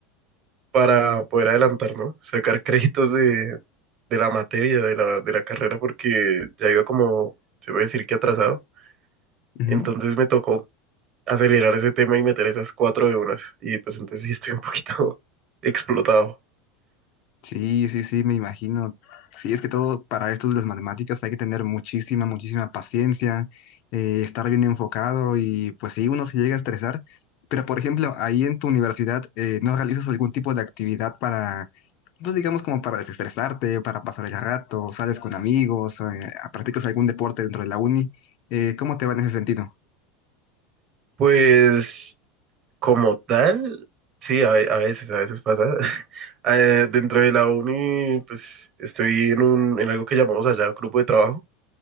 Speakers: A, on the right; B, on the left.
A: para poder adelantar, ¿no? Sacar créditos de, de la materia, de la, de la carrera, porque ya iba como, se puede decir que atrasado.
B: Ujú.
A: Entonces me tocó acelerar ese tema y meter esas cuatro de unas. Y pues entonces sí estoy un poquito <laughs> explotado.
B: Sí, sí, sí, me imagino. Sí, es que todo para esto de las matemáticas hay que tener muchísima, muchísima paciencia, eh, estar bien enfocado y pues sí, uno se llega a estresar. Pero por ejemplo, ahí en tu universidad, eh, ¿no realizas algún tipo de actividad para, pues digamos como para desestresarte, para pasar el rato, sales con amigos, eh, practicas algún deporte dentro de la uni? Eh, ¿cómo te va en ese sentido?
A: Pues como tal, sí, a, ve- a veces, a veces pasa. <laughs> Eh, dentro de la uni, pues estoy en un, en algo que llamamos allá grupo de trabajo